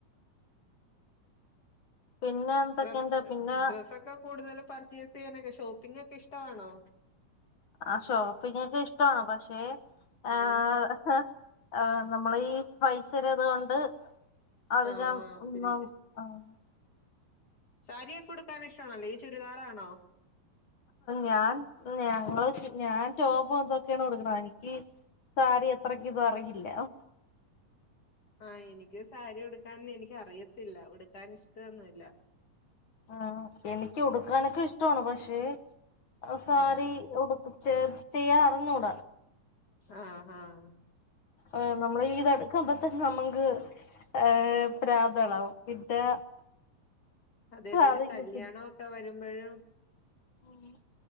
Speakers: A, on the left (about 60°); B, on the left (about 30°).
A: പിന്നെ? എന്തൊക്കെയുണ്ട്
B: ഡ്ര
A: പിന്നെ
B: ഡ്രസ്സൊക്കെ കൂടുതലും പർച്ചേയ്സ് ചെയ്യാനൊക്കെ ഷോപ്പിംഗ് ഒക്കെ ഇഷ്ട്ടവാണോ?
A: ആഹ് ഷോപ്പിംഗ് ഒക്കെ ഇഷ്ടവാണ് പക്ഷെ ഏഹ്
B: ആഹ്
A: ആഹ് നമ്മള് ഈ പൈസയുടെ ഇത് കൊണ്ട് അധികം
B: ആഹ് ഒത്തിരി
A: ഒന്നും ആഹ്
B: സാരിയൊക്കെ ഉടുക്കാൻ ഇഷ്ട്ടവാണോ? അല്ലെങ്കി ചുരിദാറാണോ?
A: ഞാൻ ഞങ്ങള് ഞാൻ ടോപും ഇതൊക്കെയാണ് ഉടുക്ക്ണ എനിക്ക് സാരി അത്രക്കിത് അറിയില്ല.
B: ആഹ് എനിക്കും സാരി ഉടുക്കാൻ എനിക്ക് അറിയത്തില്ല. ഉടുക്കാൻ ഇഷ്ട്ടവൊന്നുവില്ല.
A: ആഹ് എനിക്ക് ഉടുക്കാനൊക്കെ ഇഷ്ട്ടവാണ്. പക്ഷേ ആ സാരി
B: ഉം
A: ഉടുക്ക ചെ ചെയ്യാ അറിഞ്ഞൂട
B: ആഹ് ആഹ്.
A: ഏഹ് നമ്മള് ഈ ഇതെടുക്കാമ്പത്ത്ക്ക് നമ്മക്ക് ഏഹ് ഭ്രാന്തെളവും പിന്നെ
B: അതെ ഏതേലും
A: സാധിക്കും
B: കല്ല്യാണവൊക്കെ വരുമ്പഴും
A: അങ്ങനെ